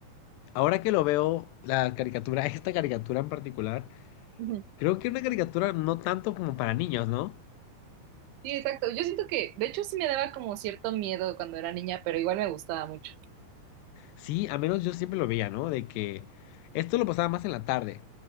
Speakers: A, on the left; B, on the right.
A: ahora que lo veo, la caricatura, <laughs> esta caricatura en particular,
B: Ujú.
A: creo que era una caricatura no tanto como para niños, ¿no?
B: Sí, exacto. Yo siento que, de hecho, sí me daba como cierto miedo cuando era niña, pero igual me gustaba mucho.
A: Sí, al menos yo siempre lo veía, ¿no? De que esto lo pasaba más en la tarde.